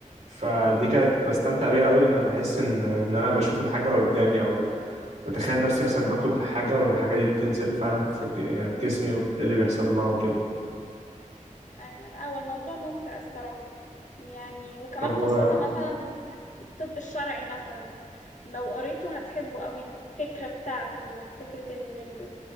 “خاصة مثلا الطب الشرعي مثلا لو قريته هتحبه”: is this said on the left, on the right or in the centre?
Left